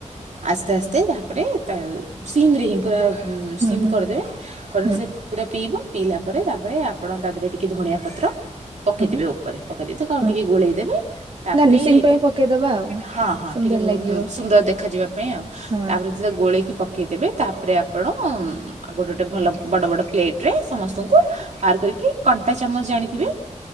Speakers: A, on the right; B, on the right.
A: ଆସ୍ତେ, ଆସ୍ତେ ତାପରେ ତା ସିିମ୍ ରେ ହିଁ ପୁରା। ଉଁ
B: ହୁଁ
A: ସିମ୍
B: ହୁଁ
A: କରିଦେବେ କରି
B: ହୁଁ
A: ସେ। ପୁରା ପିଇବ ପିଇଲା ପରେ ତାପରେ ଆପଣ ତା ଦେହରେ ଟିକେ ଧଣିଆ ପତ୍ର। ପକେଇଦେବେ
B: ହଁ
A: ଉପରେ ପକେଇଦେଇଥିବେ ତାକୁ ଆଉ
B: ହଁ
A: ଟିକିଏ ଗୋଳେଇ ଦେବେ। ତାପରେ
B: ଗାର୍ନିସିଂ ପାଇଁ ପକେଇଦବା ଆଉ
A: ହଁ, ହଁ
B: ସୁନ୍ଦର
A: ଟିକେ
B: ଲାଗିବ
A: ସୁନ୍ଦର ଦେଖ ଯିବା ପାଇଁ ଆଉ
B: ହଁ
A: ତାପରେ। ତାପରେ ଗୋଳେଇକି ପକାଇଦେବେ ତାପରେ ଆପଣ। ଆଉ ଗୋଟେ, ଗୋଟେ ଭଲ ବଡ଼, ବଡ଼ ପ୍ଲେଟ ରେ ସମସ୍ତଙ୍କୁ। ବାହାର କରିକି କଣ୍ଟା ଚାମଚ ଜାଣିଥିବେ।